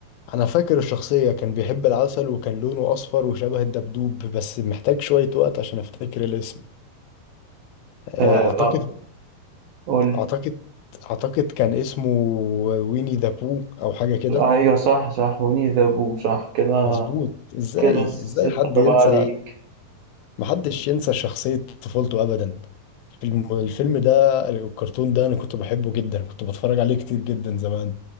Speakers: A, on the left; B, on the right.
A: أنا فاكر الشخصية كان بيحب العسل وكان لونه أصفر وشبه الدبدوب بس محتاج شوية وقت عشان أفتكر الاسم آه،
B: آه
A: أعتقد
B: آه، قولي
A: أعتقد أعتقد كان اسمه ويني ذا بو أو حاجة كده
B: أيوة صح صح وني ذا بو صح كده
A: مظبوط ازاي
B: كده ستة
A: ازاي حد
B: أربعة
A: ينسى
B: ليك
A: محدش ينسى شخصية طفولته ابدا الفيلم الفيلم ده الكرتون ده انا كنت بحبه جدا كنت بتفرج عليه كتير جدا زمان